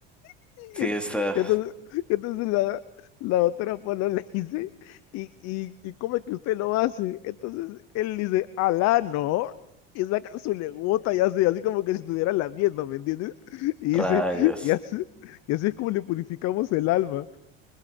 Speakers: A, on the left; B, in the centre.
A: <laughs>
B: Sí
A: Y en-
B: está.
A: y entonces, y entonces la, la doctora pana le dice, ¿y, y, y cómo es que usted lo hace? Entonces él dice, alá, ¿no? Y saca su legota y hace así como que si estuviera lamiendo, ¿me entiendes? Y
B: Rayos.
A: dice, y así, y así es como le purificamos el alma.